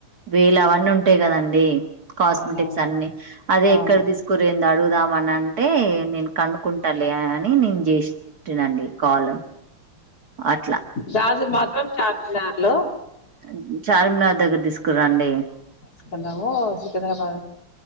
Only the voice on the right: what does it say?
వేళవన్ను అంతే కదండి కాస్మెటిక్స్
అన్ని అదే
ఎక్కడ తీసుకెళ్ళిదనీ అడుగుదామని అంటే నేను కనుకుంటాలే అని నేను చేసింటినండి కాల్ అట్లా
ముమ్ చార్మినర్ దగ్గర తీసుకురండి